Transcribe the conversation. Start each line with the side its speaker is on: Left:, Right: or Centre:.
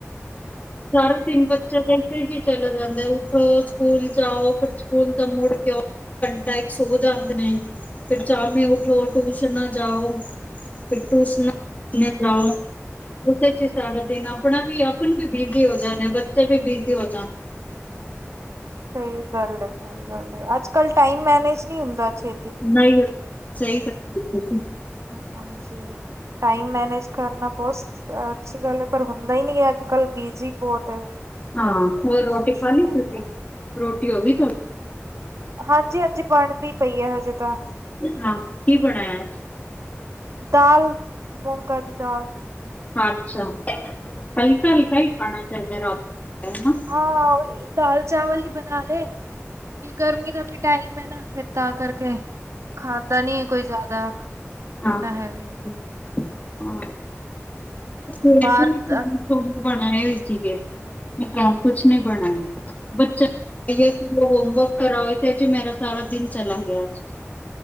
Left: ਸਾਰਾ ਦਿਨ ਬੱਚੇ ਦੇ ਰੂਟੀਨ ਹੀ ਚਲੇ ਜਾਂਦੇ ਉਠੋ ਸਕੂਲ ਜਾਓ ਫਿਰ ਸਕੂਲ ਤੋ ਮੁੜ ਕੇ ਆਓ ਘੰਟਾ ਇੱਕ ਸੋ ਜਾਂਦੇ ਨੇ ਫਿਰ ਸ਼ਾਮੀ ਉੱਠੋ ਟਊਸ਼ਨਾ ਜਾਓ ਫਿਰ ਟੀਸ਼ਨਾ ਲੈ ਜਾਓ ਉਹਦੇ ਚ ਸਾਰਾ ਦਿਨ ਆਪਣਾ ਵੀ ਆਪ ਵੀ ਬਿਜ਼ੀ ਹੋ ਜਾਣੇ ਬੱਚੇ ਵੀ ਬਿਜ਼ੀ ਹੋ ਜਾਣ
Right: ਸਹੀ ਗੱਲ ਹੈ ਸਹੀ ਗੱਲ ਹੈ ਅੱਜ ਕੱਲ ਟਾਈਮ ਮੈਨੇਜ ਨਹੀਂ ਹੁੰਦਾ ਛੇ
Left: ਨਹੀਂ ਸਹੀ <inaudible>
Right: ਹ ਹਾਂਜੀ ਟਾਈਮ ਮੈਨੇਜ ਕਰਨਾ ਬਹੁਤ ਅੱਛੀ ਗੱਲ ਹੈ ਪਰ ਹੁੰਦਾ ਹੀ ਨਹੀਂ ਹੈ ਅੱਜ ਕੱਲ੍ਹ ਬਿਜੀ ਬਹੁਤ ਹੈ
Left: ਹਾਂ ਹੋਰ ਰੋਟੀ
Right: ਟਾਈਮ ਨਹੀਂ
Left: ਖਾਲੀ
Right: ਲੱਗਦਾ
Left: ਤੁਸੀਂ ਰੋਟੀ ਹੋ ਗਈ ਤੁਹਾਡੀ
Right: ਹਾਂਜੀ ਹਾਂਜੀ ਬਣਦੀ ਪਈ ਹੈ ਹਜੇ ਤਾਂ
Left: ਹਾਂ ਕੀ ਬਣਾਇਆ ਅੱਜ
Right: ਦਾਲ ਮੂੰਗਾ ਦੀ ਦਾਲ
Left: ਅੱਛਾ ਹਲਕਾ
Right: ਹਾਂਜੀ
Left: ਹਲਕਾ
Right: ਹਾਂਜੀ
Left: ਹੀ ਖਾਣਾ ਚਾਹੀਦਾ ਰਾਤ ਨੂੰ
Right: ਹਾਂ ਦਾਲ ਚਾਵਲ ਹੀ ਬਣਾ ਲੇ ਗਰਮੀ ਦਾ ਵੀ ਟਾਈਮ ਹੈ ਨਾ ਫੇਰ ਤਾਂ ਕਰਕੇ ਖਾਂਦਾ ਨੀ ਹੈ ਕੋਈ ਜ਼ਿਆਦਾ।
Left: ਹਾਂ
Right: ਇੰਨਾ ਹੈਵੀ
Left: ਹਾਂ <unintelligible> <unintelligible>
Right: ਬਾਹਰ ਦਾ
Left: ਬਣਏ ਹੋਏ ਸੀਗੇ ਮੈਂ ਤਾਂ ਕੁਛ ਨੀ ਬਣਾਇਆ ਬੱਚਾ ਹੋਮਵਰਕ ਕਰਾਓਣ ਵਿਚ ਮੇਰਾ ਸਾਰਾ ਦਿਨ ਚਲਾ ਗਿਆ ਅੱਜ।